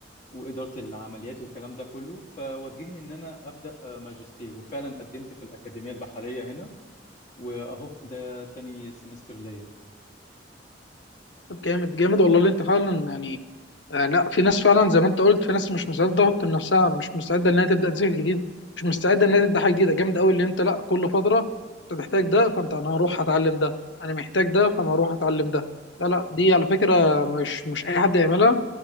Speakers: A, on the left; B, on the left.
A: وإدارة العمليات والكلام ده كله فوجهني إن أنا أبدأ آه، ماجستير وفعلا قدمت في الأكاديمية البحرية هنا وأهو ده تاني سمستر ليا
B: طب جامد جامد والله اللي انت فعلا يعني آه لا في ناس فعلا زي ما انت قلت في ناس مش مستعده تضغط من نفسها مش مستعده انها تبدا تذاكر جديد مش مستعده انها تبدا حاجه جديده جامد قوي اللي انت لا كل فتره انت تحتاج ده فانت انا هروح اتعلم ده انا محتاج ده فانا هروح اتعلم ده لا لا دي على فكره مش مش اي حد يعملها